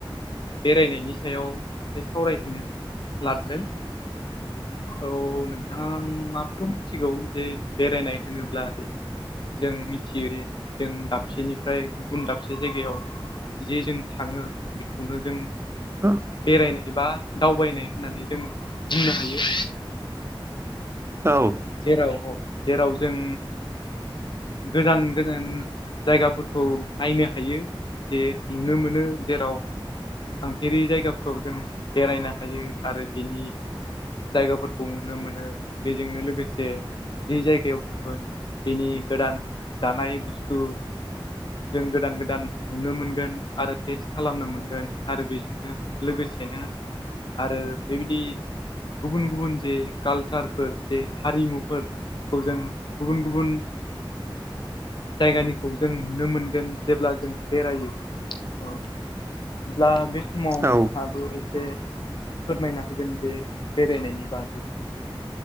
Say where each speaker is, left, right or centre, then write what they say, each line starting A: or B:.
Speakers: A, on the left; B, on the right.
A: बेरायनायनि सायाव एसे सावरायनो लादों औ नोंथाङाबाथ' मिथिगौ जे बेरायनाय होनोब्लाे जों मिथियो जों दाबसेनिफ्राय गुबुन दाबसे जे जायगायाव जे जों थाङो बेखौनो जों
B: हा
A: बेरायनाय बा दावबायनाय होननानै जों बुंनो हायो उ <inaudible>
B: औ
A: जेराव औ जेराव जों गोजान गोजान जायगाफोरखौ नायनो हायो जे नुनो मोनो जेराव थांफेरि जायगाफोराव जों बेरायनो हायो आरो बिनि जायगाफोरखौ नुनो मोनो बेजोंनो लोगोसे जे जि जायगायाव थांगोन बिनि गोदान जानाय बुस्थु जों गोदान गोदान नुनो मोनगोन आरो टेस्ट खालामनो मोनगोन आरो बेजोंनो लबैनो आरो बेबायदि गुबुन गुबुन जे कालचारफोर जे हारिमुफोरखौ जों गुबुन गुबुन जायगानिखौ जों नुनो मोनगोन जेब्ला जों बेरायो औ मब्ला बि समाव
B: औ
A: नोंहाबो एसे फोरमायना होगोन जे बेरायनायनि बागै